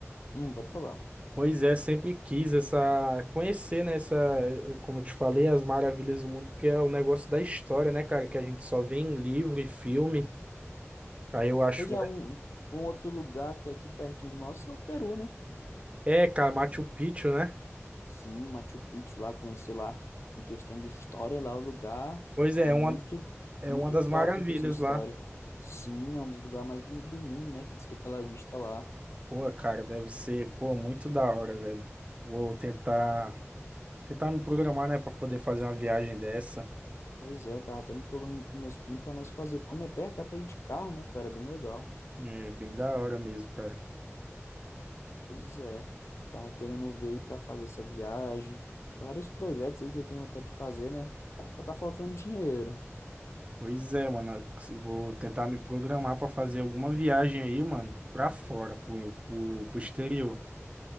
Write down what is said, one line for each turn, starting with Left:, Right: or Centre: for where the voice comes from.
Left: Hum, pode falar.
Right: Pois é, sempre quis essa conhecer, né, essa, como eu te falei, as maravilhas do mundo, porque é um negócio da história, né, cara, que a gente só vê em livro e filme. Aí eu acho,
Left: Pois é, um, um outro lugar que é aqui pertinho do nosso é o Peru, né?
Right: é, cara, Machu Picchu, né?
Left: Sim, Machu Picchu lá, conhecer lá, em questão de história, lá é um lugar
Right: Pois é,
Left: muito,
Right: é uma é
Left: muito
Right: uma das
Left: top
Right: maravilhas
Left: em questão de história.
Right: lá.
Left: Sim, é um dos lugares mais bonitos do mundo, né? Que diz que é aquela vista lá.
Right: Pô, cara, deve ser, pô, muito da hora, velho. Vou tentar tentar me programar, né, pra poder fazer uma viagem dessa.
Left: Pois é, tava até me programando com meus primos pra nós fazer. Como é perto, dá pra ir de carro, né, cara? É Bem legal.
Right: É bem da hora mesmo, cara.
Left: Pois é, tava querendo ver aí pra fazer essa viagem. Vários projetos aí que eu tenho vontade de fazer, né? Só tá faltando dinheiro.
Right: Pois é, mano. eu Vou tentar me programar pra fazer alguma viagem aí, mano, pra fora, pro, pro, pro exterior.